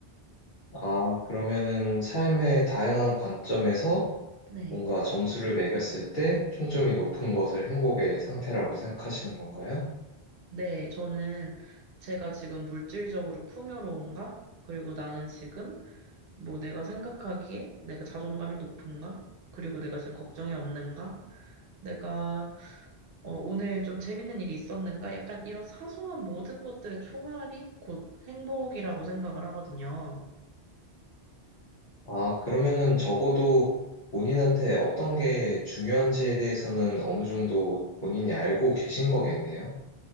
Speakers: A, on the left (about 65°); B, on the right (about 65°).
A: 아, 그러면은 삶의 다양한 관점에서
B: 네.
A: 뭔가 점수를 매겼을 때 총점이 높은 것을 행복의 상태라고 생각하시는 건가요?
B: 네, 저는 제가 지금 물질적으로 풍요로운가? 그리고 나는 지금 뭐 내가 생각하기에 내가 자존감이 높은가? 그리고 내가 지금 걱정이 없는가? 내가 어, 오늘 좀 재밌는 일이 있었는가? 약간 이런 사소한 모든 것들의 총합이 곧 행복이라고 생각을 하거든요.
A: 아, 그러면은 적어도 본인한테 어떤 게 중요한지에 대해서는 어느 정도 본인이 알고 계신 거겠네요.